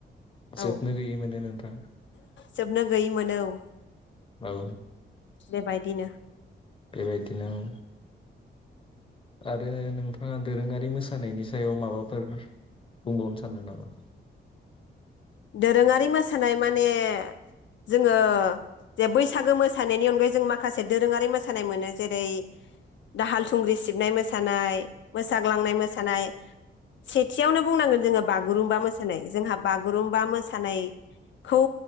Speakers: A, on the left; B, on the left.
A: औ
B: जोबनो गैयै मोनो नोंथां
A: जोबनो गैयै मोनो औ।
B: औ
A: बेबायदिनो
B: बेबायदिनो औ आरो नोंथाङा दोरोङारि मोसानायनि सायाव माबाफोर बुंबावनो सानदों नामा?
A: दोरोङारि मोसानाय माने जोङो जे बैसागो मोसानायनि अनगायै जों माखासे दोरोङारि मोसानाय मोनो जेरै दाहाल थुंग्रि सिबनाय मोसानाय मोसाग्लांनाय मोसानाय सेथियावनो बुंनांगोन जोङो बागुरुमबा मोसा दिनै जोंहा बा बागुरुमबा मोसानायखौ